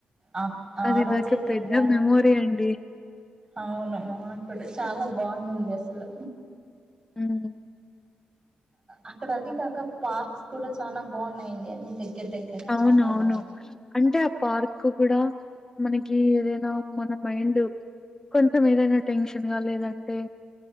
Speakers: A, on the right; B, on the left.
A: ఆ ఆ
B: అది
A: రోజయితే
B: నాకు పెద్ద
A: ఇంగా
B: మెమోరీ అండి
A: అవును అక్కడ చాలా బాగున్నంది అసలు
B: హ్మ్మ్
A: అక్కడ అది కాక పార్క్స్ కూడా చాలా బాగున్నాయండి అన్ని దగ్గర దగ్గర
B: అవును
A: చానా
B: అవును
A: బాగున్నాయి
B: అంటే ఆ పార్క్ కూడా మనకి ఏదైనా మన మైండ్ కొంచెం ఏదైనా టెన్షన్ గా లేదంటే